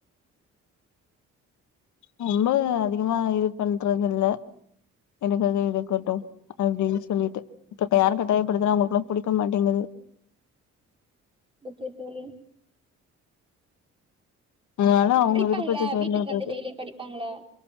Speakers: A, on the left (about 75°); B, on the right (about 20°).
A: ரொம்ப அதிகமா இது பண்றது இல் எடுக்கறது எடுக்கட்டும் அப்படின்னு சொல்லிட்டு இப்ப யாரும் கட்டாயப்படுத்துனா அவங்களுக்குல்லாம் புடிக்க மாட்டேங்குது
B: ஓகே தோழி
A: அதனால அவங்க
B: படிப்பாங்களா
A: விருப்பத்த பேர்ல
B: வீட்டுக்கு
A: விடுறது
B: வந்து டெய்லியு படிப்பாங்களா